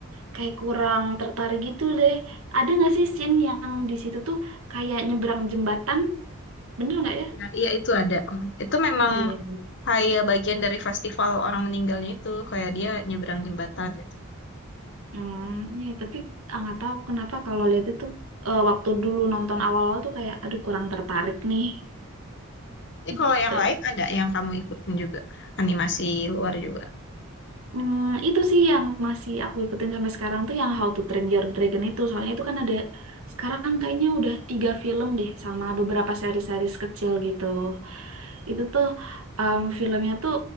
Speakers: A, on the right; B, on the left.
A: Kayak kurang tertarik gitu deh. Ada nggak sih scene yang di situ tuh kayak nyebrang jembatan? Bener nggak ya?
B: Ya, iya itu ada. Hmm. Itu memang
A: Eh,
B: kayak bagian dari festival orang meninggalnya itu, kayak dia nyebrang jembatan gitu.
A: hmm, ya, tapi ah, nggak tahu kenapa kalau lihat itu eh, waktu dulu nonton awal-awal tuh kayak aduh kurang tertarik nih.
B: Tapi kalau
A: gitu.
B: yang lain ada yang kamu ikutin juga, animasi luar juga.
A: Hmm, itu sih yang masih aku ikutin sampai sekarang tuh yang How to Train Your Dragon itu. Soalnya itu kan ada sekarang kayaknya udah tiga film deh sama beberapa seri-series kecil gitu. Itu tuh em, filmnya tuh